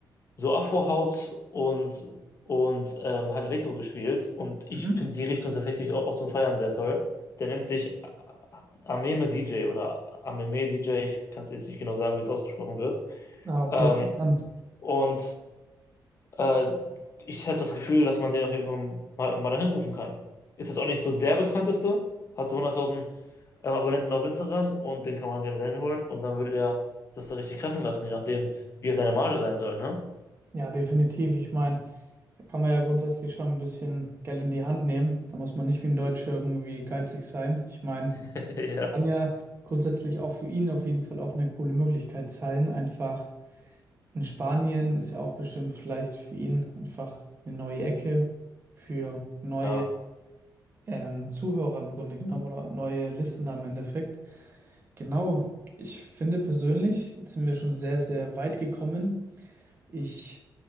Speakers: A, on the left; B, on the right.
A: so afro haut und, und ähm, hat Elektro gespielt. Und ich
B: Mhm.
A: finde die Richtung tatsächlich auch, auch zum Feiern sehr toll. Der nennt sich Ameme DJ oder Ameme DJ. Ich kann es jetzt nicht genau sagen, wie es ausgesprochen wird.
B: Ah, okay,
A: Ähm,
B: interessant.
A: und äh, ich habe das Gefühl, dass man den auf jeden Fall mal, mal dahin rufen kann. Ist jetzt auch nicht so der bekannteste, hat so hunderttausend ähm, Abonnenten auf Instagram und den kann man gerne dahin holen und dann würde der das da richtig krachen lassen, je nachdem, wie er seine Marge sein soll, ne?
B: Ja, definitiv. Ich meine, da kann man ja grundsätzlich schon ein bisschen Geld in die Hand nehmen. Da muss man nicht wie ein Deutscher irgendwie geizig sein. Ich meine,
A: <laughs> Ja.
B: kann ja grundsätzlich auch für ihn auf jeden Fall auch eine coole Möglichkeit sein. Einfach in Spanien ist ja auch bestimmt vielleicht für ihn einfach eine neue Ecke für neue
A: Klar.
B: ähm, Zuhörer im Grunde genommen oder neue Listener im Endeffekt. Genau. Ich finde persönlich, jetzt sind wir schon sehr, sehr weit gekommen. Ich